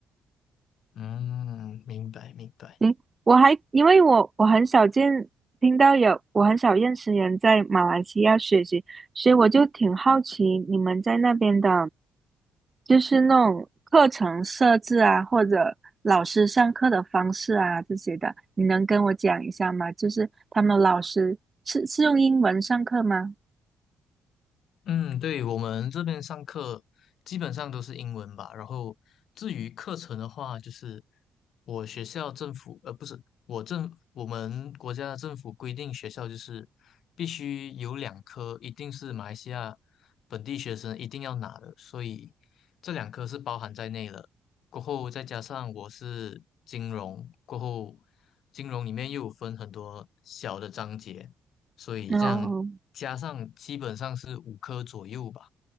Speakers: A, on the left (about 70°); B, on the right (about 30°).
A: 嗯，明白明白。
B: 行，我还因为我我很少见听到有我很少认识人在马来西亚学习，所以我就挺好奇你们在那边的，就是那种课程设置啊，或者老师上课的方式啊这些的，你能跟我讲一下吗？就是他们老师是是用英文上课吗？
A: 嗯，对，我们这边上课基本上都是英文吧。然后至于课程的话，就是我学校政府，呃，不是我政，我们国家的政府规定学校就是必须有两科，一定是马来西亚本地学生一定要拿的，所以这两科是包含在内了。过后再加上我是金融，过后金融里面又有分很多小的章节，所以这样加上基本上是五科左右吧，
B: 哦